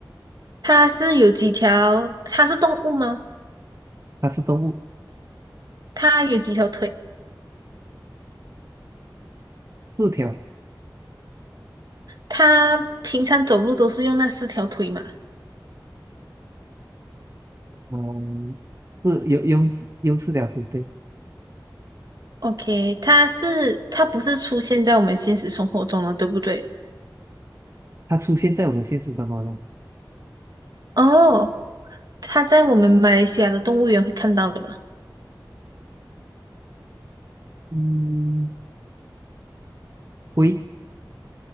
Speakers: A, on the right; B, on the right.
A: 它是有几条？它是动物吗？
B: 它是动物，
A: 它有几条腿？
B: 四条，
A: 它平常走路都是用那四条腿嘛
B: 嗯，是有用用四条腿，对，
A: ？OK，它是它不是出现在我们现实生活中了，对不对？
B: 它出现在我们现实生活中，
A: 哦，它在我们马来西亚的动物园会看到的嘛？
B: 嗯，龟，